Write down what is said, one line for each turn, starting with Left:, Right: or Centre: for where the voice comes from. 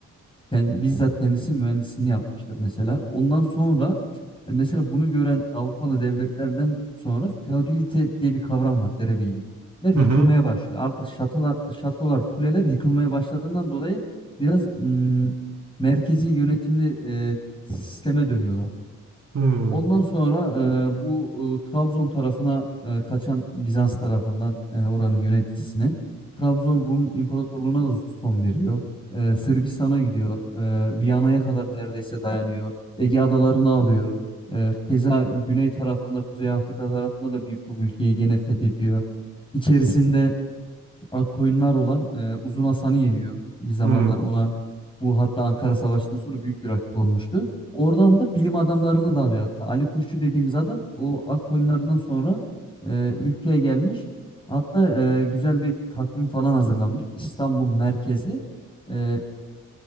Left: Kend- bizzat kendisi mühendisliğini yapmıştır mesela. Ondan sonra e, mesela bunu gören Avrupalı devletlerden sonra feodalite diye bir kavram var derebeylikler yıkılmaya
Right: Hı hı.
Left: başlıyor. Artık şatolar, şatolar, kuleler yıkılmaya başladığından dolayı biraz mm, merkezi yönetimli e, sisteme dönüyorlar.
Right: Hı.
Left: Ondan sonra e, bu e, Trabzon tarafına e, kaçan Bizans tarafından e, oranın yöneticisine Trabzon Rum İmparatorluğu'na da son veriyor. E, Sırbistan'a gidiyor. E, Viyana'ya kadar neredeyse dayanıyor. Ege adalarını alıyor. E, keza güney tarafında, Kuzey Afrika tarafında da birçok ülkeyi gene fethediyor. İçerisinde ak koyunlar olan e, Uzun Hasan'ı yeniyor. Bir zamanlar
Right: Hı.
Left: ona bu hatta Ankara Savaşı'ndan sonra büyük bir rakip olmuştu. Oradan da bilim adamlarını da alıyor hatta. Ali Kuşçu dediğimiz adam o ak koyunlarından sonra e, ülkeye gelmiş. Hatta e, güzel bir takvim falan hazırlamış. İstanbul merkezi e,